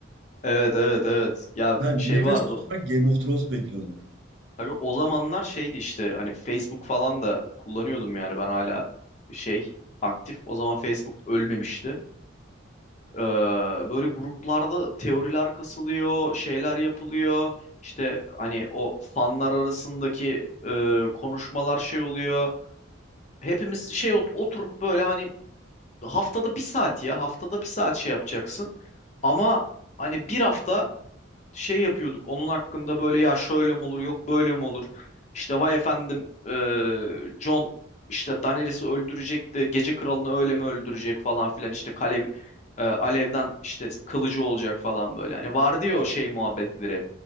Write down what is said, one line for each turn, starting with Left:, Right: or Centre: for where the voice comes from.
Left: Evet evet evet. Ya
Right: Yani
Left: şey
Right: nefes
Left: vardı.
Right: tutarak Game of Thrones bekliyorduk.
Left: Abi o zamanlar şeydi işte hani Facebook falan da kullanıyordum yani ben hala şey aktif. O zaman Facebook ölmemişti. Ee, böyle gruplarda teoriler kasılıyor, şeyler yapılıyor. İşte hani o fanlar arasındaki e, konuşmalar şey oluyor. Hepimiz şey ot- oturup böyle hani haftada bir saat ya haftada bir saat şey yapacaksın. Ama hani bir hafta şey yapıyorduk. Onun hakkında böyle ya şöyle mi olur yok böyle mi olur. İşte vay efendim eee, John işte Daenerys'i öldürecek de gece kralını öyle mi öldürecek falan filan işte kale eee, alevden işte kılıcı olacak falan böyle. Hani vardı ya o şey muhabbetleri.